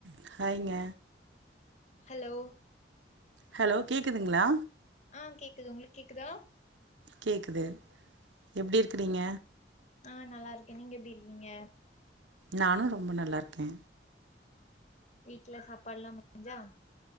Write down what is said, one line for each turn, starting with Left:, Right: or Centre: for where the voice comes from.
Right: பாய்ங்க
Left: hello
Right: hello கேக்குதுங்ளா
Left: ஆ கேக்குது உங்களுக் கேக்குதா
Right: கேக்குது எப்டி இருக்றீங்க
Left: ஆ நல்லா இருக்கே நீங்க எப்டி இருக்கீங்க
Right: நானு ரொம்ப நல்லார்க்கே
Left: வீட்ல சாப்பாடெல்லா முடிஞ்சா